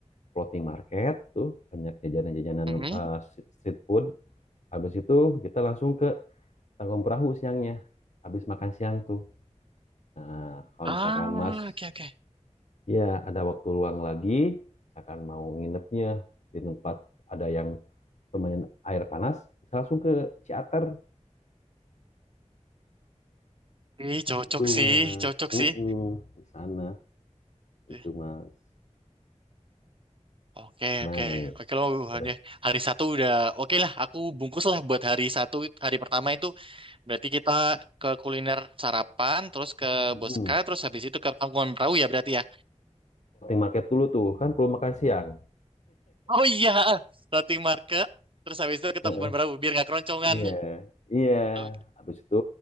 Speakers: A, on the left (about 70°); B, on the right (about 45°).
A: floating market tuh banyak jajanan-jajanan
B: Mm-mm.
A: eh, si-, street food. Habis itu kita langsung ke tanggung perahu siangnya habis makan siang tuh nah kalau
B: Ah,
A: misalkan mas
B: oke oke.
A: ya ada waktu luang lagi misalkan mau nginepnya di tempat ada yang lumayan air panas bisa langsung ke Ciater
B: Ih, cocok
A: itu
B: sih,
A: mas
B: cocok
A: mm
B: sih.
A: di sana
B: Eh,
A: itu mas
B: Oke
A: gimana
B: oke
A: nih
B: oke loh
A: udah
B: hari hari satu udah oke lah aku bungkus lah buat hari satu hari pertama itu berarti kita ke kuliner sarapan terus ke
A: Mm-mm.
B: Boska terus habis itu ke Tangkuban Perahu ya berarti ya
A: market dulu tuh kan perlu makan siang
B: oh iya floating market terus habis itu ke
A: Heeh.
B: Tangkuban Perahu biar nggak keroncongan
A: Iya, iya.
B: oke
A: Habis itu